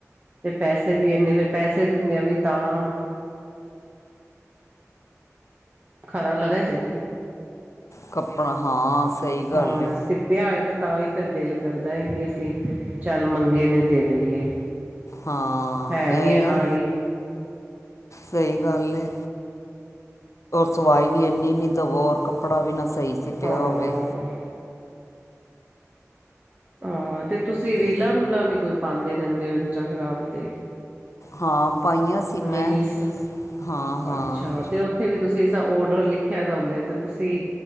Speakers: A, on the right; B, on the left.
A: ਤੇ ਪੈਸੇ ਵੀ ਇੰਨੇ ਫਿਰ ਪੈਸੇ ਦਿੰਦੇ ਆ ਵੀ ਤਾਂ ਖਰਾ ਲਗ ਜੇ ਤੇ
B: ਕੱਪਣਾ ਹਾਂ ਸਹੀ ਗੱਲ
A: ਹਾਂ
B: ਏ
A: ਸ ਪਿਆ ਏ ਤੇ ਤਾਂ ਹੀ ਫਿਰ ਦਿਲ ਕਰਦਾ ਐ ਕਿ ਅਸੀਂ ਚੱਲ <unintelligible> ਨੇ ਦੇ ਦੇਈਏ
B: ਹਾਂ
A: ਹੈ ਵੀ
B: ਇਹ
A: ਅਨਾੜੀ
B: ਨਾ ਸਹੀ ਗੱਲ ਏ ਸਵਾਈ ਵੀ ਇੰਨੀ ਦਵੋ ਓਰ ਕੱਪੜਾ ਵੀ ਨਾ ਸਹੀ ਸੀਪਿਆ
A: ਹਾਂ
B: ਹੋਵੇ
A: ਹਾਂ ਤੇ ਤੁਸੀਂ ਰੀਲਾਂ
B: ਤੇ
A: ਰੂਲਾਂ ਵੀ ਕੋਈ ਪਾਉਂਦੇ ਰਹਿੰਦੇ ਹੋ ਇੰਸਟਾਗ੍ਰਾਮ ਤੇ
B: ਹਾਂ ਪਾਈਆਂ ਸੀ ਮੈਂ
A: ਰੀਲਸ
B: ਹਾਂ ਹਾਂ
A: ਅੱਛਾ ਤੇ ਉੱਥੇ ਵੀ ਤੁਸੀਂ ਇਸਦਾ ਓਡਰ ਲਿਖਿਆ ਦਾ ਹੁੰਦਾ ਤੇ ਤੁਸੀਂ